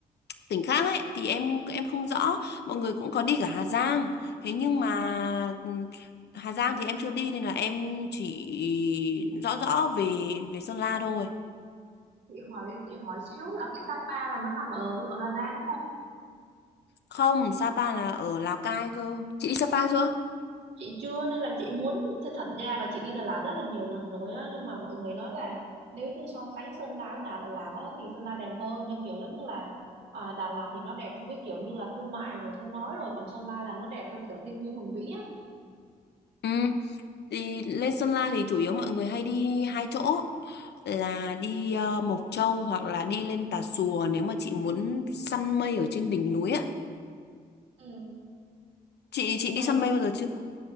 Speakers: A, on the left (about 65°); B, on the right (about 70°).
A: tỉnh khác ấy thì em em không rõ. Mọi người cũng có đi cả Hà Giang. Thế nhưng mà ừm, Hà Giang thì em chưa đi nên là em chỉ rõ rõ về về Sơn La thôi.
B: Chị hỏi chị hỏi xíu là cái Sapa là nó nằm ở ở Hà Giang đúng không?
A: Không, Sapa là ở Lào Cai cơ. Chị đi Sapa chưa?
B: Chị chưa nên là chị muốn thật thật ra là chị đi Đà Lạt rất là nhiều lần rồi á, nhưng mà mọi người nói là nếu như so sánh Sơn La với Đà Đà Lạt đó thì Sơn La đẹp hơn, theo kiểu giống như là À, Đà Lạt thì nó đẹp theo cái kiểu như là thương mại rồi không nói rồi còn Sơn La là nó đẹp theo kiểu thiên nhiên hùng vĩ á
A: Ừ, thì lên Sơn La thì chủ yếu mọi người hay đi hai chỗ là đi ờ, Mộc Châu hoặc là đi lên Tà Xùa nếu mà chị muốn săn mây ở trên đỉnh núi á.
B: Ừ.
A: Chị chị
B: Còn
A: đi săn mây bao giờ chưa?